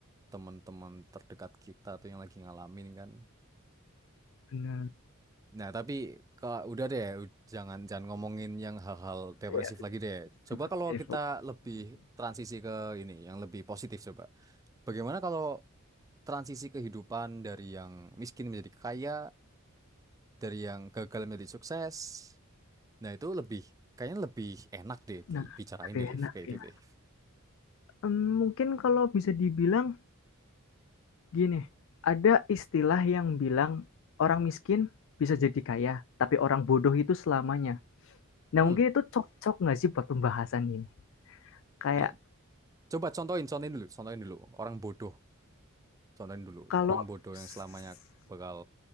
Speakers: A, on the right (about 15°); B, on the left (about 60°).
A: teman-teman terdekat kita tuh yang lagi ngalamin kan
B: bener,
A: nah tapi kalau udah deh u- jangan jangan ngomongin yang hal-hal depresif
B: iya
A: lagi deh coba
B: depresif.
A: kalau kita lebih transisi ke ini yang lebih positif coba bagaimana kalau transisi kehidupan dari yang miskin menjadi kaya, dari yang gagal menjadi sukses. Nah, itu lebih kayaknya lebih enak deh dibicarain
B: Nah, tapi
A: deh, Liv.
B: enak
A: Kayak
B: ya,
A: itu, Liv.
B: mmm, mungkin kalau bisa dibilang gini, ada istilah yang bilang orang miskin bisa jadi kaya, tapi orang bodoh itu selamanya. Nah
A: Hmm.
B: mungkin itu cocok nggak sih buat pembahasan ini? Kayak
A: Eh, coba contohin, contohin dulu, contohin dulu. Orang bodoh, contohin dulu.
B: Kalau
A: Orang bodoh
B: s-
A: yang selamanya bakal